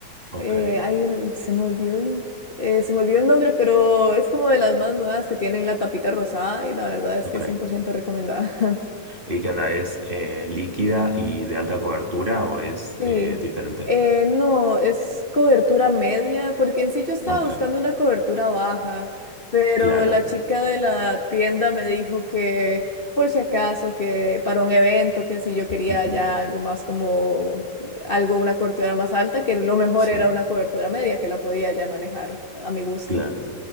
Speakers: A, on the right; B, on the left.
A: Ok,
B: Eh, hay un- se me olvidó el, eh, se me olvidó el nombre, pero es como de las más nuevas que tienen la tapita rosada y la verdad es
A: ok.
B: que es cien por ciento recomendada. <laughs>
A: ¿Y qué onda? ¿Es eh, líquida y de alta cobertura o es
B: Sí.
A: eh, diferente?
B: Eh, no, es cobertura media, porque en sí yo estaba
A: Ok.
B: buscando una cobertura baja, pero
A: Claro.
B: la chica de la tienda me dijo que por si acaso, que para un evento, que si yo quería
A: Ujú,
B: ya algo más como eh, algo, una cobertura más alta, que lo mejor
A: Sí,
B: era una cobertura media, que la podía ya manejar a mi gusto.
A: claro.